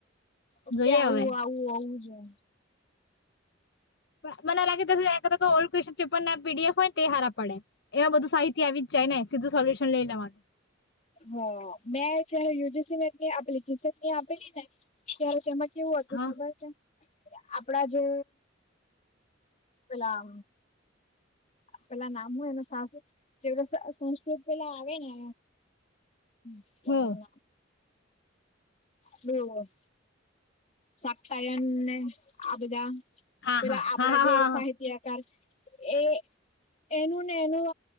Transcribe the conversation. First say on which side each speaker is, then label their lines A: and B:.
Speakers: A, on the left (about 35°); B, on the left (about 60°).
A: ઓકે
B: જોઈએ
A: આવું
B: હવે
A: આવું આવું જો
B: પણ મને લાગે ત કા તો ઓલ્ડ ક્વેશન પેપર ના પીડીએફ હોયને તે હારા પડે એવા બધું સાહિતી આવી જ છે જાયને સીધું સોલ્યૂશન લઈ લેવાનું
A: <unintelligible> હ મેં ત યુ. જી. સી નેટની આપેલી ગસેટની આપેલી ને ત્યારે તેમજ કેવું હતું
B: હા
A: ખબર છે આપડા જે પલા પેલા નામ હો એનું સાસ જે સંસ્કૃત પેલા આવે ને હ ના
B: હું
A: હમ સાકતાયન ને આ બધા
B: હા
A: પેલા
B: હા
A: આપડા
B: હા હા
A: જે
B: હા હા
A: સાહિત્યકાર
B: હા
A: એ એનું ને એનું